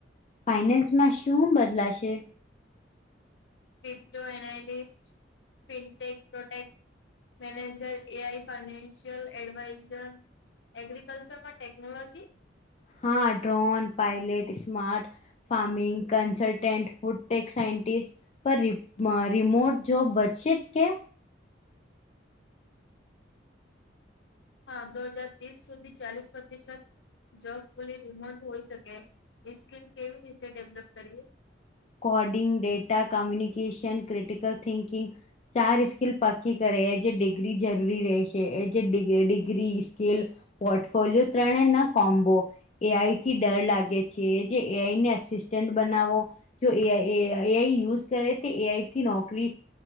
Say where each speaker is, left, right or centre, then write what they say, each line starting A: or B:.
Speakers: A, on the left; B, on the left.
A: ફાઈનાન્સમાં શું બદલાશે
B: વિપ્રો એનાલીિ fintech project manager A I financial adviser agriculture માં ટેકનોલોજી
A: હા drone pilot smart farming consultant food tech scientist પર રિમોટ જોબ બચે કે
B: હા દો હાજાર ત્રીસ સુધી ચાલીસ પ્રતિશત જોબ ફુલી રિમોટ હોઈ શકે એ સ્કીલ કેવી રીતે ડેવલપ કરીએ.
A: Coding data communication critical thinking ચાર સ્કીલ પક્કી કરે એ જે ડિગ્રી જરૂરી રહેશે એ જેિગ ડિગ્રી સ્કીલ પોર્ટફોલિયો ત્રણે ના કોમ્બો એઆઈ થી ડર લાગે છે જે એઆઈને અસિસ્ટન્ટ બનાવો જો એ એઆઈ યુઝ કરે તે એઆઈથી નોકરી